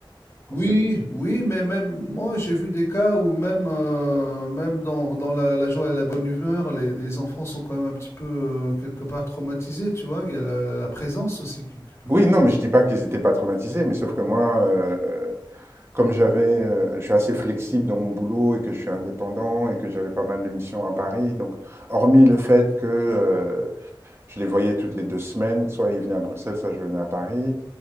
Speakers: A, on the right (about 30°); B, on the left (about 35°).
A: Qu'on
B: Oui,
A: s'est-
B: oui, mais même moi, j'ai vu des cas où même, heu, même dans dans la la joie et la bonne humeur, les les enfants sont quand même un petit peu, heu, quelque part traumatisés, tu vois? Il y a la la présence aussi qui qui peut
A: Oui,
B: compter
A: non, mais
B: aussi.
A: je dis pas qu'ils étaient pas traumatisés, mais sauf que moi, euh, Comme j'avais, euh, je suis assez flexible dans mon boulot et que je suis indépendant et que j'avais pas mal de missions à Paris, donc hormis le fait que euh, je les voyais toutes les deux semaines, soit ils venaient à Bruxelles, soit je venais à Paris,